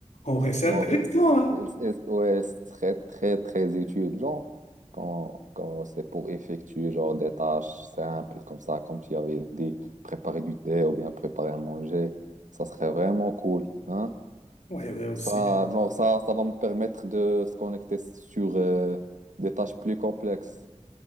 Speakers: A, on the left; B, on the right.
A: ouais c'est
B: Genre,
A: intéressant,
B: euh,
A: hein?
B: il- il- ouais, ce serait très, très utile. Genre, quand, quand c'est pour effectuer genre des tâches simples comme ça, comme tu avais dit, préparer du thé ou bien préparer à manger, ça serait vraiment cool, hein.
A: Ouais, ouais, aussi.
B: Ça, genre, ça, ça va me permettre de se connecter sur euh, des tâches plus complexes.